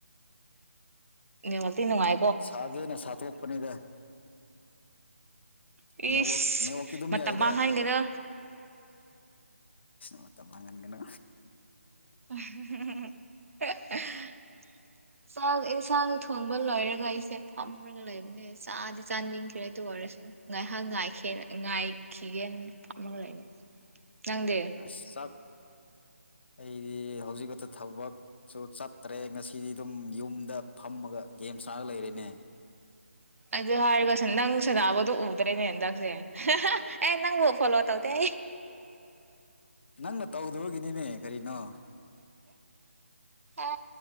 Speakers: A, on the right (about 75°); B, on the left (about 50°).
A: ꯅꯤꯡꯉꯗꯤ ꯅꯨꯅꯨꯡꯉ
B: ꯁꯥꯒꯦꯅ ꯁꯥꯠꯇꯣꯛꯄꯅꯤꯗ
A: ꯏꯁ
B: ꯅꯦꯠꯋꯛ ꯅꯦꯠꯋꯥꯛꯀꯤ ꯑꯗꯨꯝ
A: ꯃꯇꯝ
B: ꯌꯥꯏꯗ
A: ꯃꯥꯡꯍꯟꯒꯅꯨ
B: ꯃ ꯇꯃ ꯉꯟꯒꯅ
A: <unintelligible> ꯆꯥꯛ ꯌꯦꯟꯁꯥꯡ ꯊꯣꯡꯕ ꯂꯣꯏꯔꯒ ꯑꯩꯁꯦ ꯐꯝꯔꯒ ꯂꯩꯕꯅꯦ ꯆꯥꯗꯤ ꯆꯥꯅꯤꯡ ꯀꯔꯥꯏ ꯇ ꯋꯥꯔꯤꯔꯁꯨ ꯉ ꯅꯍꯥꯛ ꯉꯥꯏ ꯉꯥꯏꯈꯤꯒꯦꯅ ꯄꯥꯝꯂꯒ ꯂꯩꯅꯦ ꯅꯪꯗꯦ
B: ꯑꯩ ꯆꯥꯛ ꯑꯩꯗꯤ ꯍꯧꯖꯤꯛꯀꯛꯇ ꯊꯕꯛ ꯁꯨ ꯆꯠꯇ꯭ꯔꯦ ꯉꯁꯤꯗꯤ ꯑꯗꯨꯝ ꯌꯨꯝꯗ ꯐꯝꯃꯒ ꯒꯦꯝ ꯁꯥꯅꯥꯔꯒ ꯂꯩꯔꯦꯅꯦ
A: ꯑꯗꯨ ꯍꯥꯏꯔꯒ ꯅꯪ ꯁꯅꯥꯕꯗꯨꯣ ꯎꯗ꯭ꯔꯦꯅꯦ ꯍꯟꯗꯛꯁꯦ ꯑꯦ ꯅꯪꯕꯨ ꯐꯣꯂꯣ ꯇꯧ ꯇ
B: ꯅꯪꯅ ꯇꯧꯗꯕꯒꯤꯅꯤꯅꯦ ꯀꯔꯤꯅꯣ
A: ꯑ